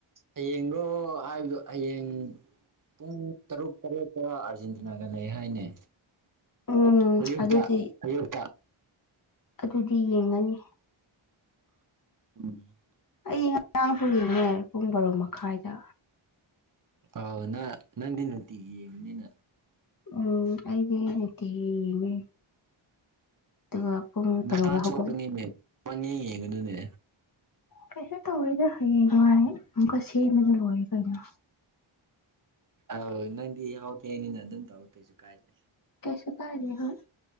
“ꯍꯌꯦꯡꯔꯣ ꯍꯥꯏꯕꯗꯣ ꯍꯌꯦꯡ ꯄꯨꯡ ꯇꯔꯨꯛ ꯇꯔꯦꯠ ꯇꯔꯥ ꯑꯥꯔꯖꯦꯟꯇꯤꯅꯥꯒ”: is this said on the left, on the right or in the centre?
Right